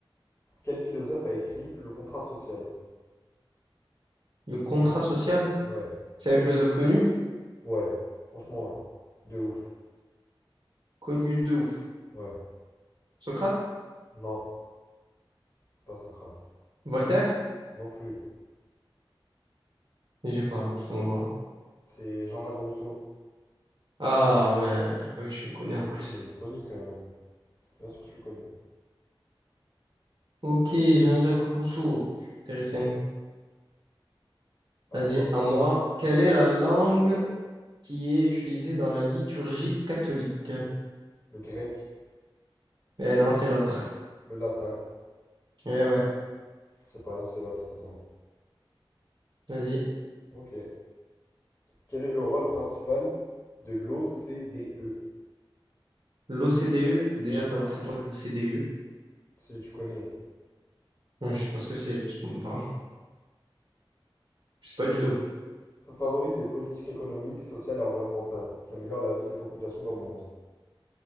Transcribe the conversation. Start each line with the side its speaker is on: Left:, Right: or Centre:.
Left: Quel philosophe a écrit Le contrat social?
Right: Le contrat social,
Left: Ouais,
Right: c'est un philosophe connu,
Left: ouais, franchement, ouais. De ouf.
Right: connu de ouf.
Left: Ouais.
Right: Socrate?
Left: Non, c'est pas Socrate.
Right: Voltaire?
Left: Non plus.
Right: J'ai pas là, je tombe pas.
Left: C'est Jean-Jacques Rousseau.
Right: Ah ouais, bah oui, je le connais en plus.
Left: Il est connu quand même. Bien sûr que tu le connais.
Right: Ok, Jean-Jacques Rousseau. Intéressant.
Left: À
Right: Vas-y,
Left: toi, à toi.
Right: à moi. Quelle
Left: Vas-y.
Right: est la langue qui est utilisée dans la liturgie catholique?
Left: Le grec,
Right: Eh non, c'est l'autre.
Left: le latin.
Right: Eh ouais,
Left: C'est pas l'un, c'est l'autre, de toute façon.
Right: vas-y.
Left: Ok. Quel est le rôle principal de l'OCDE?
Right: L'OCDE, faut déjà
Left: Ouais,
Right: savoir c'est quoi l'OCDE.
Left: si tu connais.
Right: Ouais, je sais pas ce que c'est, je te mens pas. Je sais pas du tout.
Left: Ça favorise les politiques économiques, sociales et environnementales, qui améliorent la vie des populations dans le monde.